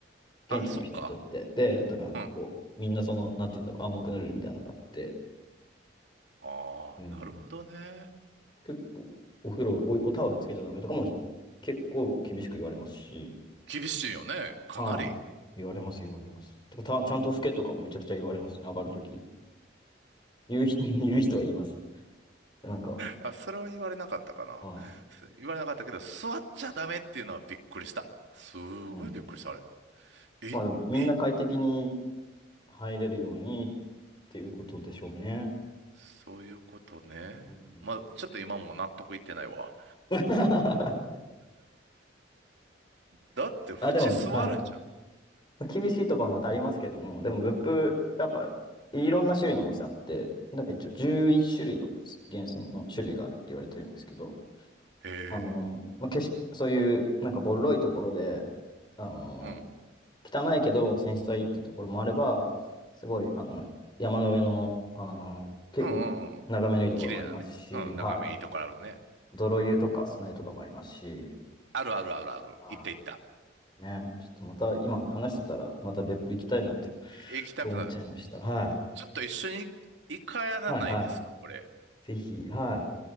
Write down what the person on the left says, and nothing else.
現地の人にとって。
で、だからなんかこう、
みんなその、なんて言うんだろう、暗黙のルールみたいなのがあって、
うん。
結構、お風呂、お、おタオルつけちゃダメとかも結構厳しく言われますし、
はい。言われます、言われます。とかた、ちゃんと拭けとかもめちゃくちゃ言われますね、上がるとき。言う人、<laughs> 言う人は言います。で、なんか、
ああ
うん。
まあでも、みんな快適に入れるようにっていうことでしょうね。
うん
<laughs>
あ、でも、はい。まあ厳しいところもまたありますけども、でも別府、やっぱいろんな種類の温泉あって、なんか一応11種類を源泉の種類があるって言われてるんですけど、
あの、まあ、景色、そういうなんかボロいところで、あの、
汚いけど泉質はいいっていうところもあれば、すごい、あの、山の上の、あの、け、
眺めのいいところもありますし、
はい。
泥湯とか砂湯とかもありますし、
は
い。ね、ちょっとまた今話してたら、また別府行きたいなと
思っちゃいました。はい。
はいはい。
ぜひ、はい。